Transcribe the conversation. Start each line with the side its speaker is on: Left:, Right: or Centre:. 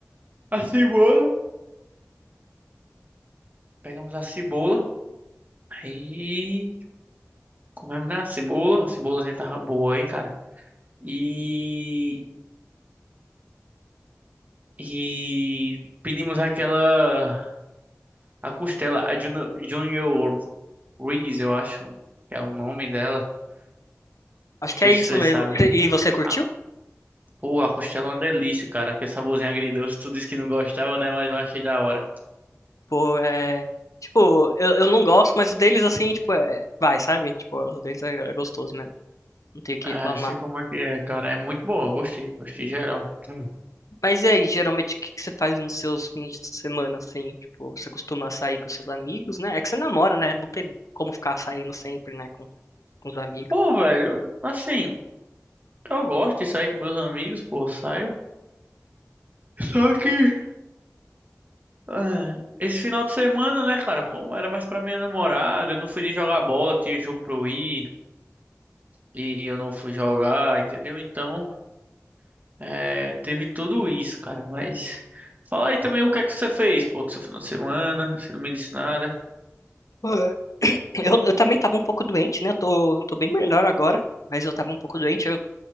Right: a cebola. Pegamos a cebola, aí comemos, né, a cebola. A cebolazinha tava boa, hein, cara. E, e pedimos aquela, a costela, a Junior, Junior Riggs, eu acho, que é o nome dela. Não
Left: Acho que
Right: sei
Left: é isso
Right: se vocês
Left: mesmo.
Right: sabem.
Left: E você curtiu?
Right: A, pô, a costela é uma delícia, cara. Que saborzinho agridoce, tu disse que não gostava, né, mas eu achei da hora.
Left: Pô, é. Tipo, eu, eu não gosto, mas o deles, assim, tipo, é... vai, sabe? Tipo, o deles é, é gostoso, né? Não tenho o que
Right: Ah,
Left: reclamar.
Right: sei como é que é, cara. É muito boa, gostei, gostei geral. Hum.
Left: Mas e aí, geralmente, o que que você faz nos seus fins de semana, assim? Tipo, você costuma sair com seus amigos, né? É que você namora, né? Não tem como ficar saindo sempre, né, com, com os amigos.
Right: Pô, velho, assim, eu gosto de sair com meus amigos, pô, saio. Só que, ah, esse final de semana, né, cara, como era mais pra minha namorada, eu não fui nem jogar bola, tinha jogo pra eu ir, e eu não fui jogar, entendeu? Então, é, teve tudo isso, cara, mas. Fala aí também o que é que você fez, pô, do seu final de semana, você não me disse nada.
Left: Pô, Eu, eu também tava um pouco doente, né? Tô, tô bem melhor agora, mas eu tava um pouco doente. Eu,